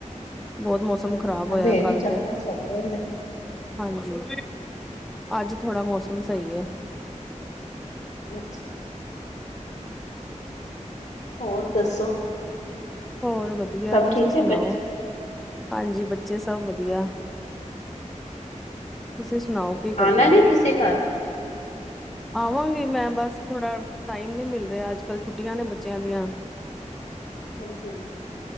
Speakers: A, in the centre; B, on the left.
A: ਬਹੁਤ ਮੌਸਮ
B: ਹਮ
A: ਖ਼ਰਾਬ ਹੋਇਆ
B: ਅੰਧੇਰੀ
A: ਕੱਲ
B: ਚੱਕਰ
A: ਤੇ,
B: ਚੱਲ ਰਹੇ ਨੇ
A: ਹਾਂਜੀ। ਅੱਜ ਥੋੜਾ ਮੌਸਮ ਸਹੀ ਹੈ।
B: ਅੱਛਾ ਹੋਰ ਦੱਸੋ।
A: ਹੋਰ ਵਧੀਆ,
B: ਸਭ
A: ਤੁਸੀਂ
B: ਠੀਕ
A: ਸੁਣਾਓ,
B: ਹੈ ਬੱਚੇ
A: ਹਾਂਜੀ ਬੱਚੇ ਸਭ ਵਧੀਆ। ਤੁਸੀਂ ਸੁਣਾਓ ਕੀ ਕਰਦੇ?
B: ਆਣਾ ਨੀ ਤੁਸੀਂ <inaudible>
A: ਆਵਾਂਗੀ ਮੈਂ ਬਸ ਥੋੜਾ ਟਾਈਮ ਨੀ ਮਿਲ ਰਿਹਾ ਅੱਜਕੱਲ੍ਹ ਛੁੱਟੀਆਂ ਨੇ ਬੱਚਿਆਂ ਦੀਆਂ।
B: ਹਾਂਜੀ-ਹਾਂਜੀ